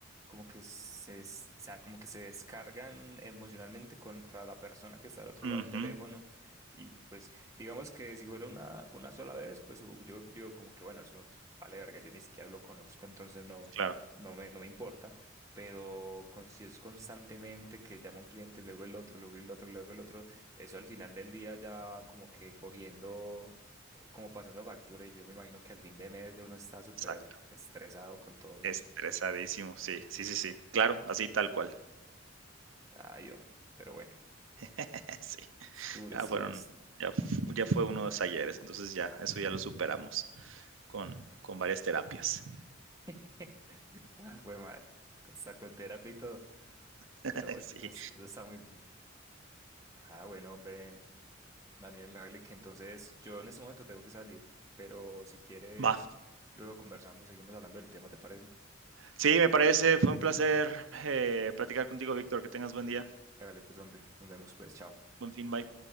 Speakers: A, on the right; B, on the right.
A: como que se, es- o sea, como que se descargan emocionalmente contra la persona que está al otro
B: Ujú,
A: lado del teléfono y pues digamos que si fuera una, una sola vez, pues u- yo, yo como que bueno, eso pf, vale verga, yo ni siquiera lo conozco, entonces no,
B: claro,
A: no me, no me importa, pero con, si es constantemente que llama un cliente, luego el otro, luego el otro, luego el otro, eso al final del día ya va como que cogiendo como pasando factura y yo me imagino que al fin de mes ya uno está súper
B: exacto.
A: estresado con todo
B: Estresadísimo,
A: eso.
B: sí, sí, sí, sí. Claro, así tal cual.
A: Ay, hombre, pero bueno,
B: <laughs> Sí,
A: es duro,
B: ya
A: es
B: fueron,
A: duro. Es...
B: ya, fu- ya fue uno de los ayeres, entonces ya, eso ya lo superamos con, con varias terapias.
A: <laughs> Ah, fue madre, hasta con terapia y todo,
B: <laughs>
A: pero bueno,
B: Sí,
A: eso, eso está muy bien. Ah, bueno, hombre, Daniel, hágale que entonces yo en este momento tengo que salir, pero si quieres,
B: va.
A: luego conversamos, seguimos hablando del tema, ¿te parece?
B: Sí, me parece, fue un placer eh, platicar contigo, Víctor. Que tengas buen día.
A: Hágale pues, hombre, nos vemos pues, chao.
B: Buen fin, bye.